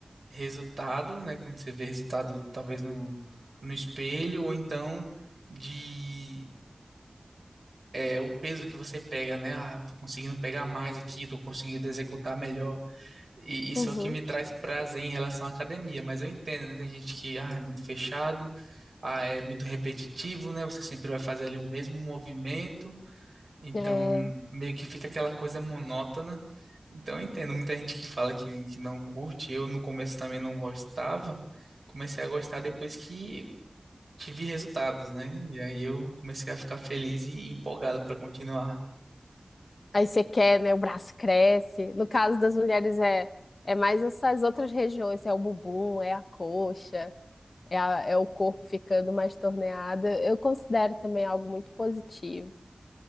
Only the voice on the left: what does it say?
Uhum.
É,
Aí você quer, né? O braço cresce. No caso das mulheres, é, é mais essas outras regiões, é o bumbum, é a coxa, é, a- é o corpo ficando mais torneado. Eu considero também algo muito positivo.